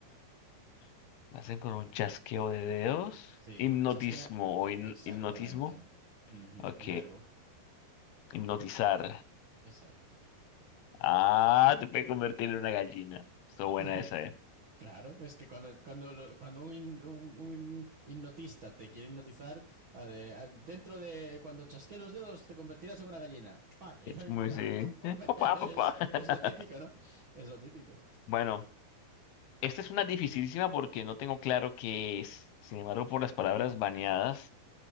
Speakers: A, on the left; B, on the right.
A: <laughs> Lo hacen con un chasqueo de dedos.
B: Sí,
A: Hipnotismo
B: chasquea.
A: o hin-
B: Exactamente.
A: hipnotismo.
B: Ujú,
A: Ok.
B: El verbo.
A: Hipnotizar.
B: Exacto.
A: Ah, te puede convertir en una gallina. Está buena
B: <laughs>
A: esa, eh.
B: Claro, es que cuando, cuando, lo- cuando un, him- un- un hipnotista te quiere hipnotizar, a de- a- dentro de cuando chasquees los dedos te convertirás en una gallina. ¡Pac! <laughs>
A: Es muy
B: Pa,
A: sí.
B: pa, pa,
A: Eh,
B: pa.
A: Papá,
B: Es,
A: papá. <laughs>
B: es lo típico, ¿no? Es lo típico.
A: Bueno, esta es una dificilísima porque no tengo claro qué es. Sin embargo, por las palabras baneadas,